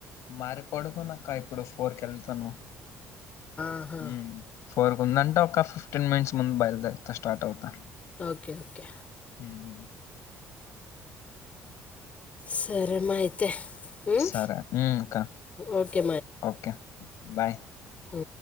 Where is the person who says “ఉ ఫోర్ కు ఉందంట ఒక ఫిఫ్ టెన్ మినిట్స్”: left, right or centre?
Left